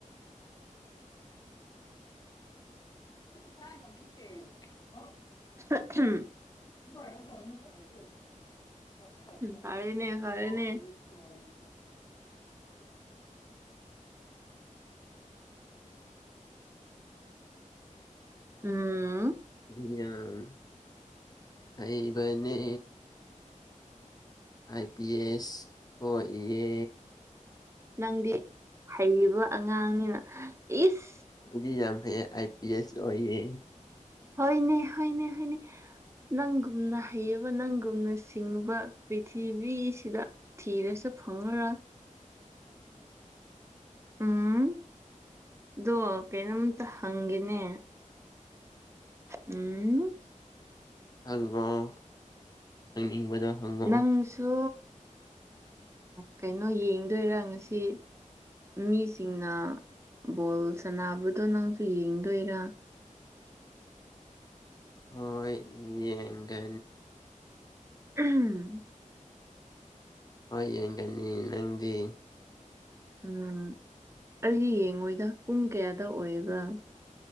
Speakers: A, on the left (about 30°); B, on the right (about 20°).
A: <unintelligible>
B: <unintelligible>
A: <unintelligible>
B: ꯐꯔꯦꯅꯦ ꯐꯔꯦꯅꯦ ꯎꯝ
A: <unintelligible> ꯌꯥꯝ ꯍꯩꯕꯅꯤ ꯑꯥꯏ ꯄꯤ ꯑꯦꯁ ꯑꯣꯏꯌꯦ
B: ꯅꯪꯗꯤ ꯍꯩꯕ ꯑꯉꯥꯡꯅꯤꯅ ꯏꯁ
A: ꯑꯩꯗꯤ ꯌꯥꯝ ꯍꯩꯌꯦ ꯑꯥꯏ ꯄꯤ ꯑꯦꯁ ꯑꯣꯏꯌꯦ
B: ꯍꯣꯏꯅꯦ ꯍꯣꯏꯅꯦ ꯍꯣꯏꯅꯦ ꯅꯪꯒꯨꯝꯅ ꯍꯩꯑꯕ ꯅꯪꯒꯨꯝꯅ ꯁꯤꯡꯕ ꯄꯤꯊꯤꯕꯤꯁꯤꯗ ꯊꯤꯔꯁꯨ ꯐꯪꯉꯔꯣꯏ ꯎꯝ ꯗꯣ ꯀꯩꯅꯣꯝꯇ ꯍꯪꯒꯦꯅꯦ ꯎꯝ
A: <unintelligible> ꯍꯪꯅꯤꯡꯕꯗꯣ ꯍꯪꯉꯣ
B: ꯅꯪꯁꯨ ꯀꯩꯅꯣ ꯌꯦꯡꯗꯣꯏꯔꯥ ꯉꯁꯤ ꯃꯤꯁꯤꯡꯅ ꯕꯣꯜ ꯁꯥꯟꯅꯕꯗꯣ ꯅꯪꯁꯨ ꯌꯦꯡꯗꯣꯏꯔꯥ
A: ꯍꯣꯏ ꯌꯦꯡꯒ
B: <unintelligible>
A: ꯍꯣꯏ ꯌꯦꯡꯒꯅꯤ ꯅꯪꯗꯤ
B: ꯎꯝ ꯑꯩ ꯌꯦꯡꯉꯣꯏꯗ ꯄꯨꯡ ꯀꯌꯥꯗ ꯑꯣꯏꯕ꯭ꯔꯥ